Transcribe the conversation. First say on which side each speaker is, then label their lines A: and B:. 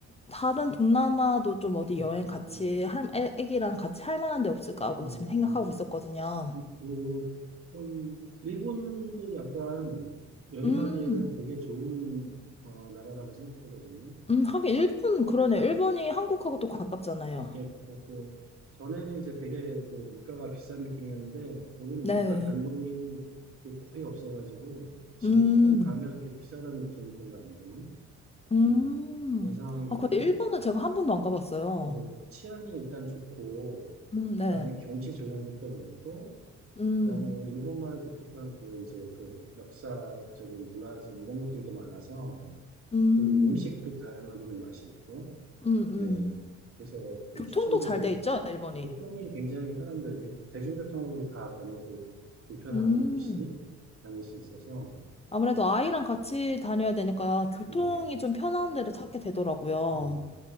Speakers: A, on the left; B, on the right.
A: 다른 동남아도 좀 어디
B: 음,
A: 여행 같이, 할, 애, 애기랑 같이 할 만한 데 없을까 하고
B: 음,
A: 지금 생각하고 있었거든요.
B: 이- 고 좀, 일본도 약간 여행하기에는
A: 음,
B: 되게 좋은, 어, 나라라고 생각하거든요.
A: 음, 하긴 일본, 그러네. 일본이 한국하고 또 가깝잖아요.
B: 예, 가깝고, 전에는 이제 되게 뭐 물가가 비싼 느낌이었는데, 거기는
A: 네.
B: 물가 변동이 이렇게 거의 없어가지고, 지금은
A: 음.
B: 가면 이렇게 비싸다는 느낌이 별로 안 드는,
A: 음.
B: 예, 그런 상황이
A: 아,
B: 됐고,
A: 그 일본은 제가 한 번도 안 가봤어요.
B: 어, 치안이 일단 좋고,
A: 음, 네.
B: 그다음에 경치 좋은 것도 많고,
A: 음,
B: 그다음에 일본말의 독특한 그 이제 그 역사적인 문화적인 이런 것들도 많아서
A: 음,
B: 그리고 음식도 다양하게 좀 맛이 있고
A: 음,
B: 예
A: 음.
B: 그래서 좀
A: 교통도
B: 추천드리는
A: 잘 돼 있죠, 일본이.
B: 교통이 굉장히 편합니다 대, 대중교통으로 다 다녀도 불편함이
A: 음.
B: 없이 다닐 수 있어서
A: 아무래도 아이랑 같이 다녀야 되니까 교통이
B: 네
A: 좀 편한 데로 찾게 되더라고요.
B: 네.